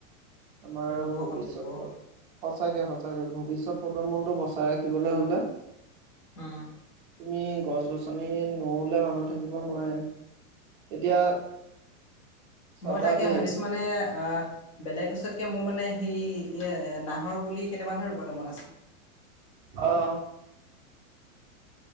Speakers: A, on the right; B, on the left.
A: আমাৰ
B: ৰুব
A: ভৱিষ্যয়ত
B: হ'ল ৰুব হ'ল
A: সঁচাকে সঁচাকে ভৱিষ্যত প্ৰজন্মটো বচাই ৰাখিবলৈ হ'লে।
B: উম।
A: তুমি গছ গছনি নুৰুলে মানুহ থাকিব নোৱাৰে। এতিয়া চাবা
B: মই তাকে
A: দেই
B: ভাবিছোঁ মানে অ' বেলেগ ওচৰতকে মোৰ মানে সেই এ, নাহৰ পুলি কেইটামানহে ৰুবলৈ মন আছে।
A: অ'।